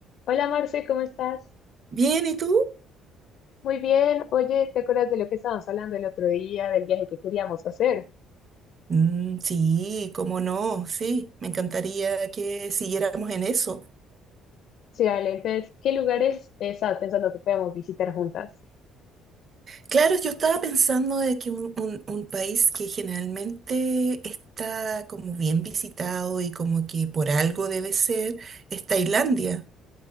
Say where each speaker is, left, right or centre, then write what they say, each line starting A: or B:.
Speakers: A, on the left (about 60°); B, on the right (about 35°).
A: Hola Marce, ¿cómo estás?
B: Bien, ¿y tú?
A: Muy bien. Oye, ¿te acuerdas de lo que estábamos hablando el otro día, del viaje que queríamos hacer?
B: Mm, sí, cómo no, sí, me encantaría que siguiéramos en eso.
A: Sí, vale. Entonces, ¿qué lugares eh, estabas pensando que podíamos visitar juntas?
B: Claro, yo estaba pensando de que un, un- un país que generalmente está como bien visitado y como que por algo debe ser, es Tailandia.